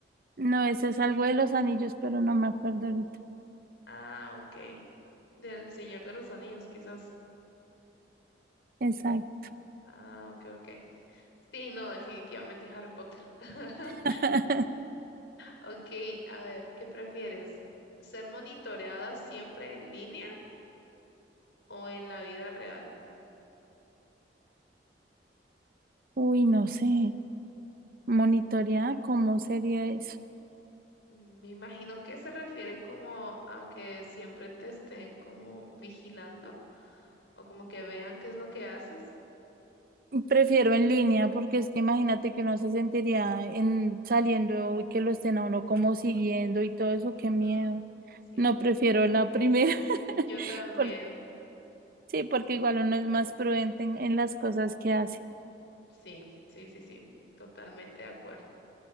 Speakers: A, on the right; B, on the left.
A: No, ese es algo de los anillos, pero no me acuerdo ahorita.
B: Ah, ok. Del Señor de los Anillos, quizás.
A: Exacto.
B: Ah, ok, ok. Sí, no, definitivamente Harry Potter. <laughs>
A: <laughs>
B: Ok, a ver, ¿qué prefieres? ¿Ser monitoreada siempre en línea o en la vida real?
A: Uy, no sé. Monitorear, ¿cómo sería eso?
B: Mm, Me imagino que se refiere como a que siempre te estén como vigilando o como que vean qué es lo que haces.
A: Prefiero en línea porque es que imagínate que uno se sentiría en saliendo y que lo estén a uno como siguiendo y todo eso,
B: Ujú,
A: qué miedo.
B: Sí,
A: No prefiero la primera. <laughs>
B: yo también.
A: por- sí, porque igual uno es más prudente en, en las cosas que hace.
B: Sí, sí, sí, sí, totalmente de acuerdo.